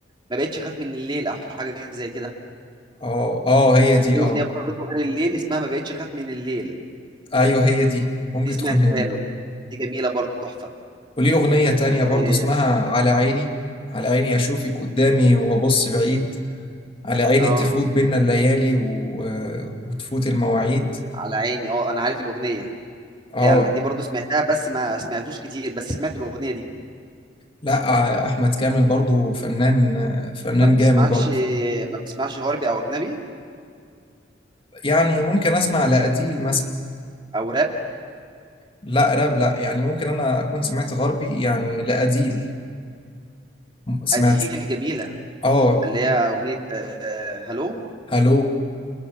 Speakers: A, on the right; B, on the left.
A: ما بقتش اخاف من الليل او حاجه زي كده
B: اه اه هي دي
A: ليه
B: اه
A: اغنيه برضو غير الليل اسمها ما بقتش اخاف من الليل
B: ايوه هي دي ممكن
A: دي
B: تكون
A: سمعتها
B: هي دي
A: له دي جميله برضو تحفه
B: وليه أغنية تانية برضو
A: إيه،
B: اسمها على عيني على عيني أشوفك قدامي وأبص بعيد على عيني
A: اه
B: تفوت بينا الليالي و... وتفوت المواعيد
A: على عيني اه انا عارف الاغنيه
B: اه
A: فعلا دي برضو سمعتها بس ما سمعتوش كتير بس سمعت الأغنية دي
B: لا أحمد كامل برضو فنان فنان
A: ما بتسمعش
B: جامد برضو
A: ما بتسمعش غربي أو أجنبي
B: يعني ممكن أسمع لأديل مثلا
A: أو راب
B: لا راب لا يعني ممكن أنا أكون سمعت غربي يعني لأديل سمعت
A: أديل جميلة
B: اه
A: اللي هي أغنية آه، هلو
B: هلو